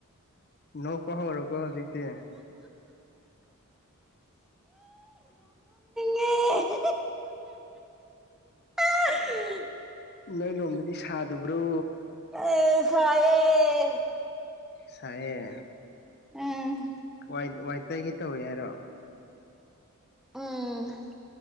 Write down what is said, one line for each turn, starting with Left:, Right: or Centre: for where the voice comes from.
Left: ꯅꯣꯡ ꯀꯍꯕꯔꯣ ꯀꯣ ꯍꯧꯖꯤꯛꯇꯛꯇ
Centre: ꯎ ꯑ
Left: ꯅꯣꯏ ꯂꯣꯕꯗꯤ ꯁꯥꯗꯕ꯭ꯔꯣ
Centre: ꯑꯦ ꯁꯑ
Left: ꯁꯌꯦ
Centre: ꯎꯝ
Left: ꯋꯥꯏ ꯋꯥꯏꯇꯩꯒꯤ ꯇꯧꯔꯤ ꯍꯥꯏꯔꯣ
Centre: ꯎꯝ